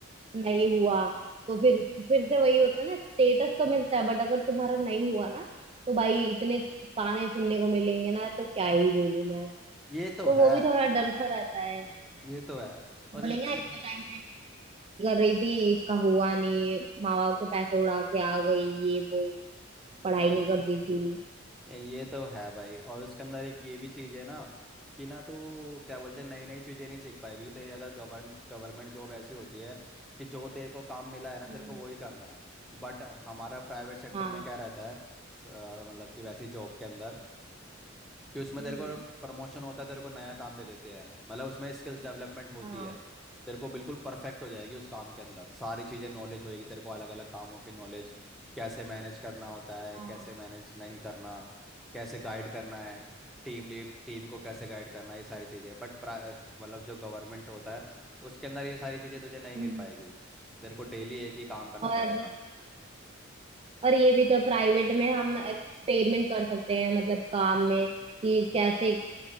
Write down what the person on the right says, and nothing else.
नहीं हुआ तो फिर फिर से वही होता है ना स्टेटस तो मिलता है बट अगर तुम्हारा नहीं हुआ ना तो भाई इतने ताने सुनने को मिलेंगे ना तो क्या ही बोलूं मैं
तो वो
भी थोड़ा डर सा रहता है
बोलेंगे
ना इतने टाइम से कर रही थी इसका हुआ नहीं माँ बाप के पैसे उड़ा के आ गई ये वो पढ़ाई
नहीं करती थी
हम्म
हाँ
हम्म
हाँ
हाँ
हम्म
और
और ये भी तो प्राइवेट में हम एक्सपेरिमेंट कर सकते हैं मतलब काम में कि कैसे अ,